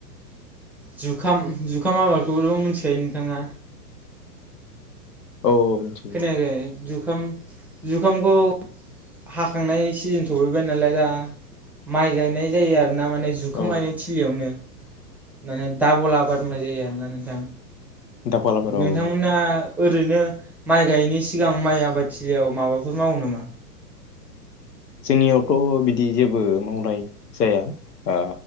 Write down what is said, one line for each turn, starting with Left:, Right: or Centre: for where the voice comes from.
Centre: जुखाम जुखाम आबादखौथ' मिथिखायो नोंथाङा?
Left: औ औ मिथिखायो।
Centre: खोनायाखै जुखाम जुखामखौ हाखांनाय सिजोन सफैबाय नालाय दा माइ गायनाय जायो आरो। ना माने जुखाम
Left: औ
Centre: गायनाय थिलियावनो माने दाबल आबाद मावनाय जायो आरोना नोंथां?
Left: दाबल आबाद
Centre: नोंथांमोना
Left: औ औ औ
Centre: ओरैनो माइ गायिनि सिगां माइ आबादथिलियाव माबाफोर मावो नामा?
Left: जोंनियावथ' बिदि जेबो मावनाय जाया। ओ